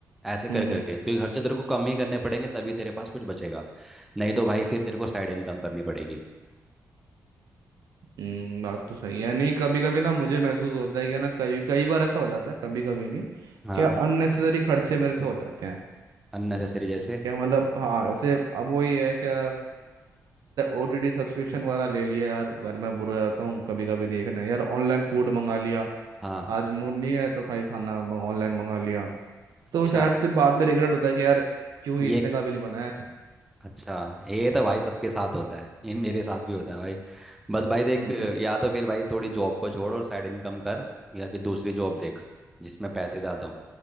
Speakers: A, in the centre; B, on the right.
A: ऐसे कर
B: हम्म
A: करके क्योंकि खर्चे तेरे को कम ही करने पड़ेंगे तभी तेरे पास कुछ बचेगा नहीं तो भाई फिर तेरे को साइड इनकम करनी पड़ेगी
B: हम्म, बात तो सही है नहीं कभी कभी ना मुझे महसूस होता है कि ना कई कई बार ऐसा हो जाता है कभी कभी नहीं
A: हाँ
B: क्या अननेसेसरी खर्चे मेरे से हो जाते हैं
A: अननेसेसरी जैसे
B: क्या मतलब हाँ ऐसे अब वही है क्या ओटीटी सब्सक्रिप्शन वगैरह ले लिया यार घर में बुरा जाता हूँ कभी कभी देखना यार ऑनलाइन फूड मंगा लिया
A: हाँ
B: आज मूड नहीं है तो खाई खाना ऑनलाइन मंगा लिया
A: अच्छा
B: तो शायद फिर बाद में रिग्रेट होता है कि यार क्यों ही
A: ये
B: इतने का बिल बनाया
A: अच्छा ये तो भाई सबके साथ होता है ये मेरे साथ भी होता है भाई बस भाई देख
B: हम्म, तो
A: या तो फिर भाई थोड़ी जॉब को छोड़ और साइड इनकम कर या फिर दूसरी जॉब देख जिसमें पैसे ज़्यादा हों